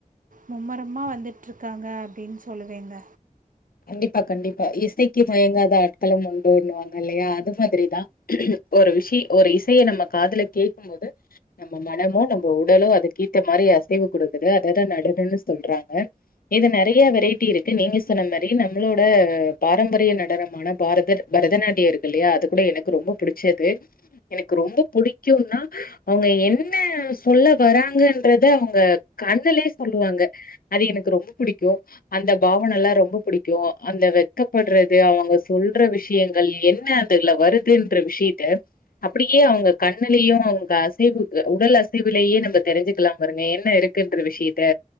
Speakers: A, on the right (about 65°); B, on the left (about 80°).
A: மும்மரமா வந்து டுருக்காங்க அப்டின்னு சொல்லுவேங்க
B: கண்டிப்பா கண்டிப்பா இசைக்கு மயங்காத ஆட்களும் உண்டோன்னு வாங்க இல்லையா அது மாதிரிதான் ஒரு இசைய ஒரு இசைய நம்ம காதுல கேக்கும் போது நம்ம மனமு நம்ம உடலு அதுக்கு கேத்த மாரி அசைவு குடுக்குது அததான் நடனன்னு சொல்றாங்க இது நெறைய வெரைட்டி இருக்கு நீங்க சொன்ன நம்மளோட பாரம்பரிய நடனமான பாரத பரதநாட்டியம் இருக்கு இல்லையா அது கூட எனக்கு ரொம்ப புடிச்சது எனக்கு ரொம்ப புடிக்குன்னா அவுங்க என்ன சொல்ல வராங்கன்றத அவுங்க கண்ணுல சொல்லுவாங்க அது எனக்கு ரொம்ப புடிக்கும் அந்த பாவனல்லா ரொம்ப புடிக்கும் அந்த வெக்கப்படுறது அவுங்க சொல்ற விஷயங்கள் என்ன அதுல வருதுன்ற விஷியத்த அப்டியே அவங்க கண்ணுலயும் அவங்க அசைவுக்கு உடல் அசைவுலயே நம்ம தெரிஞ்சுக்கலாம் பாருங்க என்ன இருக்குன்ற விஷயத்த